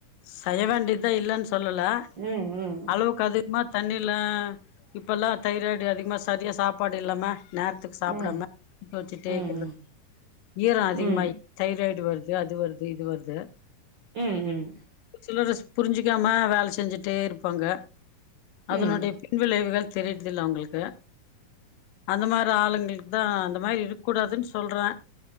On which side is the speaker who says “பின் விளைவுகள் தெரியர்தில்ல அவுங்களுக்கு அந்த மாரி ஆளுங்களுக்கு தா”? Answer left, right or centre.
Left